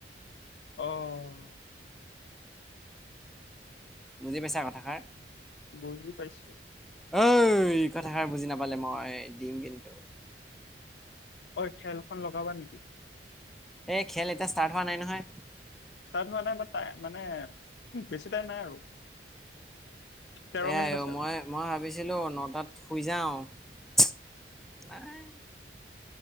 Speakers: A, on the left; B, in the centre.
A: অহ
B: বুজি পাইছা কথাষাৰ
A: বুজি পাইছোঁ
B: ঐ কথাষাৰ বুজি নাপালে মই দিম কিন্তু
A: ঐ খেলখন লগাবা নিকি
B: এ খেল এতিয়া ষ্টাৰ্ট হোৱা নাই নহয়
A: ষ্টাৰ্ট হোৱা নাই বাট টা মানে বেছি টাইম নাই আৰু তেৰ
B: এয়াই
A: মিনিট আছে
B: অ
A: আৰু
B: মই মই ভাবিছি ছিলো নটাত শুই যাওঁ, উমচ নাই